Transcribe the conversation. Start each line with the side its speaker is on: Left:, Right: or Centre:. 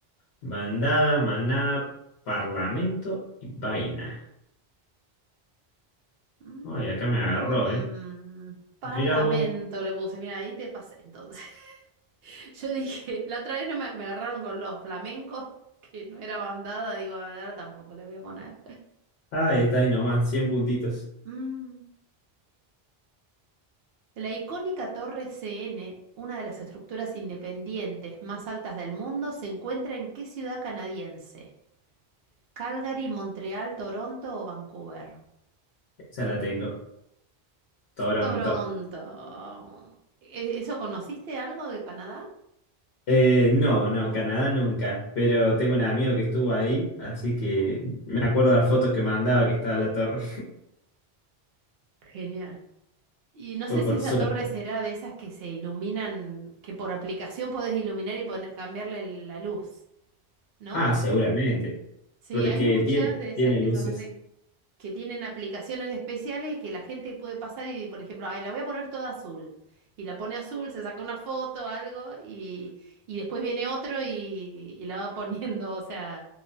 Left: Bandada, manada, parlamento y vaina.
Right: Mm,
Left: Ay, acá me agarró, ¿eh?
Right: parlamento
Left: Mira vos.
Right: le puse. Mira, ahí te pasé entonces. <laughs> Yo dije, la otra vez no me, me agarraron con los flamencos, <laughs> que no era bandada, digo, ahora tampoco le voy a poner.
Left: Ah, está ahí nomás, cien puntitos.
Right: Mm, La icónica Torre CN, una de las estructuras independientes más altas del mundo, se encuentra en qué ciudad canadiense? Calgary, Montreal, Toronto o Vancouver.
Left: Esa la tengo. Toronto.
Right: Toronto. ¿E- ¿Eso conociste algo de Canadá?
Left: Eh, no, no,
Right: No.
Left: Canadá nunca. Pero tengo un amigo que estuvo ahí, así que me acuerdo de las fotos que mandaba que estaba la torre.
Right: Genial. Y
Left: <laughs>
Right: no
Left: Fue
Right: sé si
Left: por
Right: esa
Left: suerte.
Right: torre será de esas que se iluminan, que por aplicación podés iluminar y pone- cambiarle la luz, ¿no?
Left: Ah, seguramente.
Right: Sí,
Left: Porque
Right: hay muchas
Left: tiene,
Right: de esas
Left: tiene
Right: que
Left: luces.
Right: son así, que tienen aplicaciones especiales que la gente puede pasar y, por ejemplo, ay, la voy a poner toda azul. Y la pone azul, se saca una foto, algo, y, y después viene otro y, y la va <laughs> poniendo, o sea,